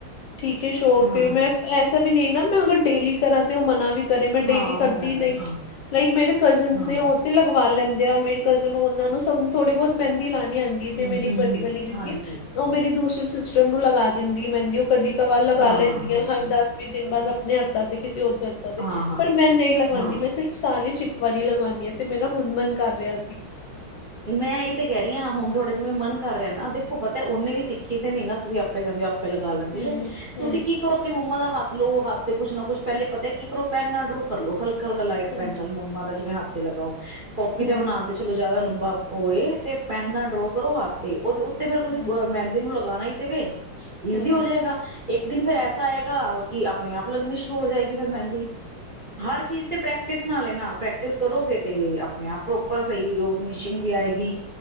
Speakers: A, on the left; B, on the right.
A: ਠੀਕ ਏ ਸ਼ੋਕ
B: ਹਾਂ
A: ਐ। ਮੈਂ ਐਸਾ ਵੀ ਨਈਂ ਨਾਂ ਮੈਂ ਅਗਰ ਡੇਲੀ ਕਰਾਂ ਤੇ ਉਹ ਮਨਾ ਵੀ ਘਰੇ ਮੈਂ
B: ਹਾਂ
A: ਡੇਲੀ ਕਰਦੀ
B: ਮਨਾ ਕਰ
A: ਨਹੀਂ,
B: ਹਾਂ
A: ਲਾਈਕ ਮੇਰੇ ਕਜ਼ਨਸ
B: ਹਾਂ
A: ਨੇਂ ਉਹ ਤੇ ਲਗਵਾ ਲੈਂਦੇ ਆ ਮੇਰੀ ਕਜ਼ਨ ਉਹਨਾਂ ਨੂੰ ਸਬ ਨੂੰ ਥੋੜ੍ਹੀ ਬਹੁਤ ਮਹਿੰਦੀ ਲਾਣੀ ਆਂਦੀ
B: ਹੂੰ
A: ਤੇ ਮੇਰੀ
B: ਹੂੰ
A: ਇੱਕ ਵੱਡੀ
B: ਹੂੰ
A: ਵਾਲੀ ਦੀਦੀ
B: ਹਾਂਜੀ
A: ਐ ਉਹ ਮੇਰੀ ਦੂਸਰੇ ਸਿਸਟਰ ਨੂੰ ਲਗਾ ਦਿੰਦੀਐ ਮਹਿੰਦੀ ਉਹ ਕਦੀ ਕਬਾਰ ਲਗਾ
B: ਹਾਂ
A: ਲੈਂਦੀ
B: ਹਾਂ ਹਾਂ
A: ਆ। ਹਰ ਦਸ ਵੀ ਦਿਨ ਬਾਅਦ ਆਪਣੇ ਹੱਥਾਂ ਤੇ ਕਿਸੇ ਹੋਰ ਦੇ ਹੱਥਾਂ ਤੇ
B: ਹਾਂ ਹਾਂ
A: ਪਰ ਮੈਂ ਨਹੀਂ ਲਗਾਂਦੀ।
B: ਹਾਂ
A: ਮੈਂ ਸਿਰ ਸਾਲ ਇੱਚ ਇੱਕ ਵਾਰੀ ਲਗਵਾਣੀ ਆਂ, ਤੇ ਮੇਰਾ ਹੁਣ ਮਨ ਕਰ ਰਿਹਾ ਸੀ।
B: ਮੈਂ ਇਹ ਤਾਂ ਕਹਿ ਰਹੀ ਆਂ, ਹੁਣ ਤੁਹਾਡਾ ਜਿਵੇਂ ਮਨ ਕਰ ਰਿਹਾ ਨਾਂ। ਦੇਖੋ, ਪਤਾ ਏ ਉਹਨੇਂ ਵੀ ਸਿੱਖੀ ਤੇ ਨੀਂ ਨਾਂ ਤੁਸੀਂ ਆਪੇ ਕਹਿੰਦੇ ਹੋ ਆਪ ਲਗਾ ਲੈਂਦੀਏ,
A: ਹੂੰ
B: ਤੁਸੀਂ
A: ਹੂੰ
B: ਕੀ? ਕਰੋ ਆਪਣੀ ਮੰਮਾ ਦਾ ਹੱਥ ਲਓ ਹੱਥ ਤੇ ਕੁਛ ਨਾਂ ਕੁਛ ਪਹਿਲੇ ਪਤਾ ਕੀ ਕਰੋ, ਪੈਨ ਨਾਲ ਡਰੋ ਕਰ ਲਉ। ਹਲਕੇ ਹਲਕਾ ਲਾਈਟ
A: ਹਾਂਜੀ
B: ਪੈਨ ਨਾਲ ਮੰਮਾ ਦਾ ਜਿਵੇਂ ਹੱਥ ਤੇ ਲਗਾਓ। ਕਾਪੀ
A: ਹੂੰ
B: ਤੇ ਬਣਾਉਣ ਤੇ ਚਲੋ ਜ਼ਿਆਦਾ ਲੰਬਾ ਓਏ ਤੇ ਪੈਨ
A: ਹੂੰ
B: ਨਾਲ ਡਰੋ ਕਰੋ ਹੱਥ ਤੇ, ਉਹਦੇ ਉੱਤੇ ਫੇਰ ਤੁਸੀਂ
A: ਹੂੰ
B: ਮਹਿੰਦੀ ਨੂੰ ਲਗਾਣਾ ਈ ਤੇ ਵੇ। ਈਜ਼ੀ
A: ਹੂੰ
B: ਹੋ ਜਾਏਗਾ। ਇੱਕ ਦਿਨ ਫਿਰ
A: ਹੂੰ,
B: ਐਸਾ ਆਏਗਾ ਕਿ ਆਪਣੇ ਆਪ ਲੱਗਨੀ ਸ਼ੁਰੂ ਹੋ ਜਾਏਗੀ ਫਿਰ ਮਹਿੰਦੀ। ਹਰ ਚੀਜ਼ ਤੇ ਪ੍ਰੈਕ ਪ੍ਰੈਕਟਿਸ ਨਾਲ ਏ ਨਾਂ, ਪ੍ਰੈਕਟਿਸ ਕਰੋਗੇ ਤੇ ਆਪਣੇ ਆਪ ਪ੍ਰੋਪਰ ਸਹੀ ਉਹ ਫਿਨਸ਼ਿੰਗ ਵੀ ਆਏਗੀ।